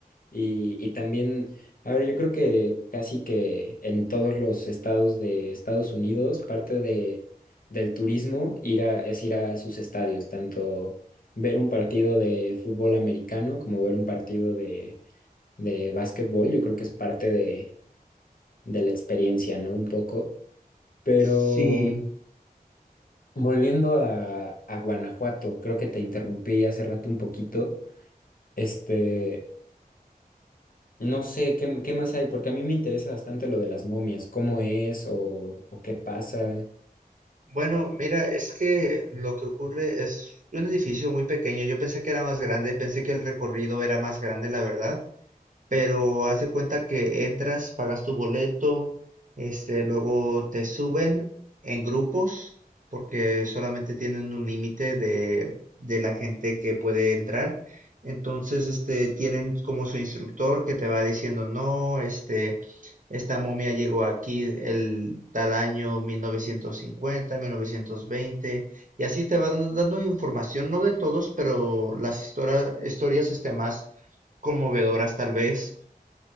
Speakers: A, on the left; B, on the right.
A: Y, y también, a ver, yo creo que casi que en todos los estados de Estados Unidos, parte de, del turismo ir a, es ir a sus estadios, tanto ver un partido de fútbol americano como ver un partido de, de básquetbol. Yo creo que es parte de, de la experiencia, ¿no? Un poco. Pero
B: Sí.
A: volviendo a, a Guanajuato, creo que te interrumpí hace rato un poquito. Este, No sé, ¿qué, qué más hay? Porque a mí me interesa bastante lo de las momias, cómo es o, o qué pasa.
B: Bueno, mira, es que lo que ocurre es un edificio muy pequeño. Yo pensé que era más grande, pensé que el recorrido era más grande, la verdad. pero haz de cuenta que entras, pagas tu boleto, este, luego te suben en grupos, porque solamente tienen un límite de, de la gente que puede entrar. Entonces, este, tienen como su instructor que te va diciendo, no, este, esta momia llegó aquí el tal año 1950, 1920, y así te van dando dando información, no de todos, pero las histora- historias, este, más conmovedoras tal vez.